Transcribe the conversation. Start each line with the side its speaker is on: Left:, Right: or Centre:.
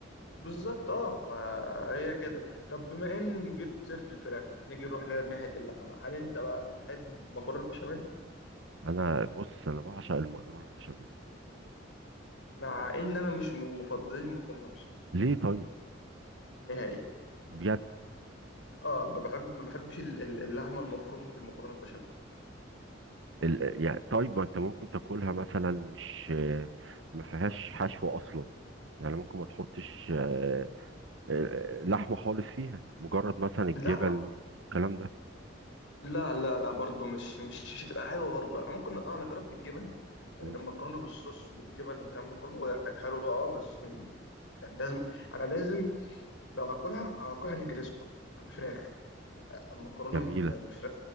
Left: بالظبط اه ما هي كده طب بما ان جبت سيره الفراخ نيجي نروح لها ناحيه اللحمه هل انت بقى بتحب المكرونه البشاميل
Right: انا بص انا بعشق المكرونة البشاميل
Left: مع ان انا مش من مفضلين المكرونه البشاميل
Right: ليه طيب
Left: نهائي
Right: بجد
Left: اه ما بحب ما بحبش ال- ال- اللحمه المفرومه في المكرونه البشاميل
Right: ال... يعني طيب ما انت ممكن تاكلها مثلا مش آه، ما فيهاش حشو اصلا يعني ممكن ما تحطش آه، آه، لحمة خالص فيها مجرد مثلا الجبن
Left: لا ما-
Right: الكلام ده
Left: لا لا لا برضه مش مش مش هتبقى حلوه برضه انا ممكن اه انا جربت الجبن آه،
Right: مم،
Left: مكرونه بالصوص بالجبن والكلام ده كله هي كانت حلوه اه بس يعني لازم انا لازم لو هاكلها هاكلها نجريسكو بفراخ مكرونه
Right: جميلة
Left: م- بفراخ